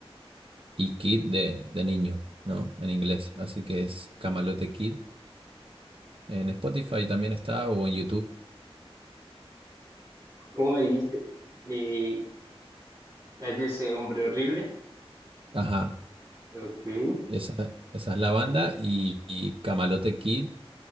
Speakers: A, on the right; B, on the right.
A: Y Kid de, de niño, ¿no? En inglés. Así que es Camalote Kid. En Spotify también está o en YouTube.
B: ¿Cómo me dijiste? Eh, cállese, hombre horrible.
A: Ajá.
B: Ok.
A: Esa, esa es la banda. Y, y Camalote Kid